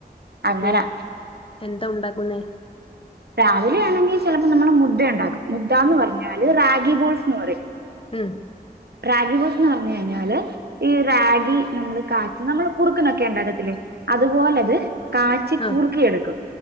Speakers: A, on the right; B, on the left.
A: അങ്ങനാ
B: അപ്പേ എന്താ ഉണ്ടാക്ക്ന്നെ?
A: രാവിലെ യാണെങ്കി ചെലപ്പൊ നമ്മള് മുദ്ദ യുണ്ടാക്കും. മുദ്ദാന്ന് പർഞ്ഞാല് റാഗി ബോൾസ്ന്ന് പറയും.
B: ആഹ്
A: റാഗി ബോൾസ്ന്ന് പർഞ്ഞെ ഴിഞ്ഞാല് ഈ റാഗി നമ്മള് കാച്ചും. നമ്മള് കുറുക്ക്നൊക്കെ ണ്ടാക്കത്തില്ലെ അതുപോലെ ത് കാച്ചി
B: ആഹ്
A: കുറുക്കിയെടുക്കും.